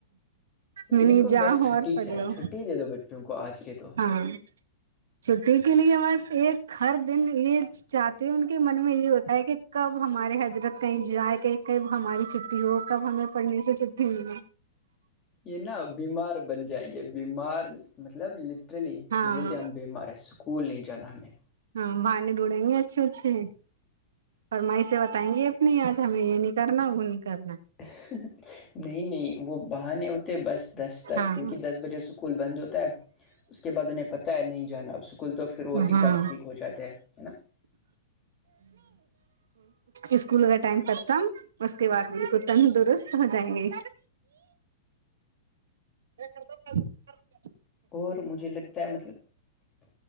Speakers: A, on the right; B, on the left.
A: میں
B: ان
A: نہیں
B: کو
A: جاؤ
B: بس چھٹی
A: اور پڑھ
B: چاہی
A: لو
B: چھٹی دے دو بچوں کو آج کے تو
A: ہاں چھٹی کے لیے بس ایک ہر دن یہ چاہتے ہیں ان کے من میں یہ ہوتا ہے کہ کب ہمارے حضرت کہیں جائے کہیں کب ہماری چٹی وہ کب ہمیں پڑھنے سے چلتی ہو ہے
B: یہ نا بیمار بن جائیں گے بیمار مطلب چلی
A: ہاں
B: بولتی ہم بیمار ہیں سک اسکول نہیں جانا ہمیں
A: ہاں بھانے ڈوڈیں گے اچھے اچھے اور مائے بتائیں گی اپنی آج ہمیں یہ نہیں کرنا وہ نہیں کرنا
B: نہیں نہیں وہ بہانے اتے بس دس تک
A: ہاں
B: کیونکہ دس بجے اسکول بند ہوتا ہے اس کے بعد انہیں پتا نہیں جانا سکول تو پھر وہ ایک
A: ہاں
B: دم ٹھیک ہو جاتا ہے ہے نا
A: اسکول کا ٹائم ختم اس کے بعد بال کو تندرست ہو جائیں گے کر <unintelligible>
B: اور مجھے لگتا ہے مطلب